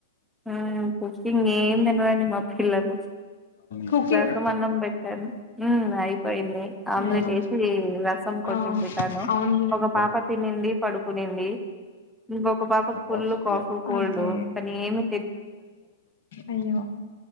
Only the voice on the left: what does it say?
కుకింగ్
అయ్యో!
ఆ
అవునులేండి
ఓకే
అయ్యో